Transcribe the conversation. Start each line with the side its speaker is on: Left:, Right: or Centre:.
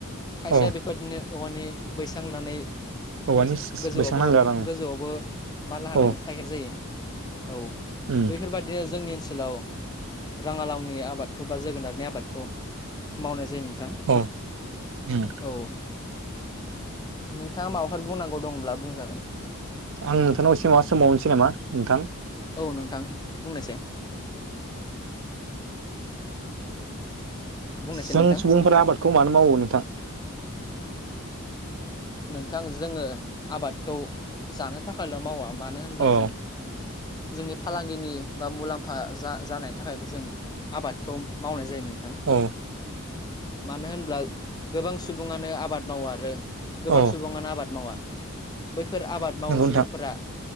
Left: खायसेया
Right: औ
Left: बेफोरदिनो औवानि बैसां होननानै
Right: औवानि
Left: गोजौआवबो
Right: बैसां नांगौ आरो आं
Left: गोजौआवबो माला होनानै
Right: औ
Left: थाहेर जायो औ
Right: उम
Left: बैफोरबादिनो जोंनि ओनसोलाव राङालावनि आबादखौ बा जोगोनारनि आबादखौ मावनाय जायो नों नोंथां
Right: औ उम
Left: औ नोंथाङा माबाफोर बुंनांगौ दंब्ला बुंजागोन
Right: आं नोंथांनाव एसे माबा सोमबावनोसै नामा नोंथां
Left: औ नोंथां बुंनोसै बुंनायसाय
Right: जों
Left: नोंथां
Right: सुबुंफोरा आबादखौ मानो मावो नोंथां
Left: नोंथां जोङो आबादखौ जानो थाखायल' मावा मानो होनब्ला
Right: औ
Left: जों, जोंनि फालांगिनि बा मुलाम्फा जा जानायनि थाखायबो जों आबादखौ मावनाय जायो नोंथां।
Right: दु
Left: मानो होनब्ला गोबां सुबुङानो आबाद मावा आरो गोबां
Right: औ
Left: सुबुङानो आबाद मावा। बैफोर आबाद मावो
Right: नंगौ नोंथां
Left: सुबुंफोरा